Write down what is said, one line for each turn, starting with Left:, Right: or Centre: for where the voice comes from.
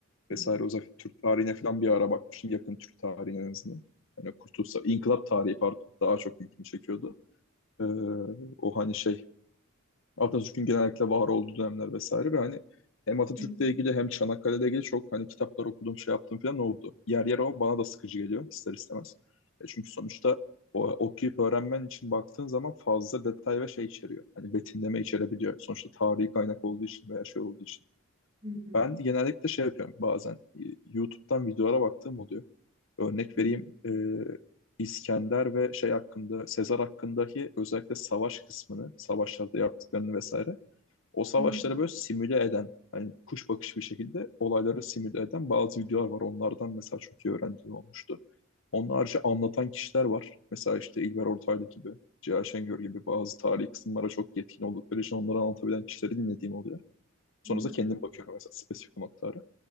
Right: Hı
Left: vesaire.
Right: hı.
Left: Özellikle Türk tarihine falan bir ara bakmıştım. Yakın Türk tarihine en azından. Hani Kurtuluş, Sa- İnkılap tarihi pardon daha çok ilgimi çekiyordu. Ee, o hani şey Atatürk'ün genellikle var olduğu dönemler vesaire ve hani hem
Right: Hı
Left: Atatürk'le
Right: hı.
Left: ilgili hem Çanakkale'yle ilgili çok hani kitaplar okudum şey yaptım falan oldu. Yer yer ama bana da sıkıcı geliyor ister istemez. E çünkü sonuçta o, okuyup öğrenmen için baktığın zaman fazla detay ve şey içeriyor. Hani betimleme içerebiliyor. Sonuçta tarihi kaynak olduğu için veya şey olduğu için.
Right: Hı hı.
Left: Ben genellikle şey yapıyorum bazen e, YouTube'dan videolara baktığım oluyor. Örnek
Right: Hı
Left: vereyim
Right: hı.
Left: e, İskender ve şey hakkında, Sezar hakkındaki özellikle savaş kısmını, savaşlarda yaptıklarını vesaire o savaşları
Right: Hı
Left: böyle simüle eden, hani kuş bakışı bir şekilde olayları simüle eden bazı videolar var. Onlardan mesela çok iyi öğrendiğim olmuştu. Onun harici anlatan kişiler var. Mesela işte İlber Ortaylı gibi, Cihan Şengör gibi bazı tarihi kısımlara çok yetkin oldukları için onları anlatabilen kişileri dinlediğim oluyor. Sonrasında
Right: hı.
Left: kendim bakıyorum mesela spesifik noktalara.